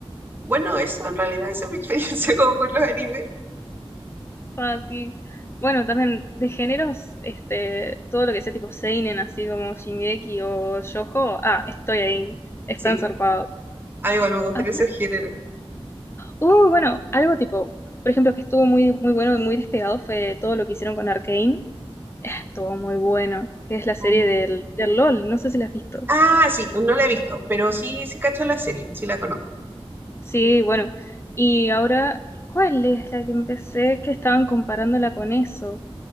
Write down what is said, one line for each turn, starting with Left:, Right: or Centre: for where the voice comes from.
Right: bueno, eso en realidad esa es mi experiencia <laughs> como con los animes.
Left: Ah, sí. Bueno, también de géneros, este, todo lo que sea tipo seinen, así como Shingeki o Shoujo, ah, estoy ahí, están
Right: Sí,
Left: zarpados.
Right: a mí igual me gustaría
Left: Ah,
Right: ser género.
Left: uh, bueno, algo tipo, por ejemplo, que estuvo muy, muy bueno y muy despegado fue todo lo que hicieron con Arcane. Eh, Estuvo muy bueno, que es la serie
Right: Mm.
Left: del, del LOL, no sé si la has visto.
Right: Ah, sí, no la he visto, pero sí, sí cacho la serie, sí la conozco.
Left: Sí, bueno. Y ahora, ¿cuál es la que empecé que estaban comparándola con eso?